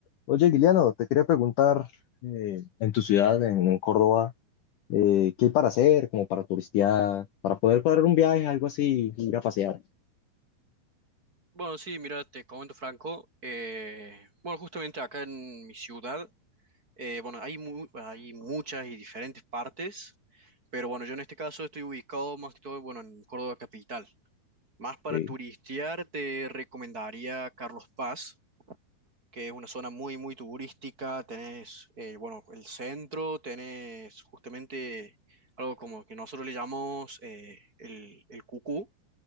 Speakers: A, on the left; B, on the right.
A: Oye, Guiliano, te quería preguntar, eh, en tu ciudad, en, en Córdoba, eh, ¿qué hay para hacer, como para turistear, para poder cuadrar un viaje, algo así, ir a pasear?
B: Bueno, sí, mira, te comento Franco. eh, bueno, justamente acá en mi ciudad, eh, bueno, hay, mu- hay muchas y diferentes partes, pero bueno, yo en este caso estoy ubicado más que todo, bueno, en Córdoba capital. Más para
A: Sí.
B: turistear, te recomendaría Carlos Paz, que es una zona muy, muy turística. Tenés, eh, bueno, el centro, tenés justamente algo como que nosotros le llamamos eh, el, el cucú,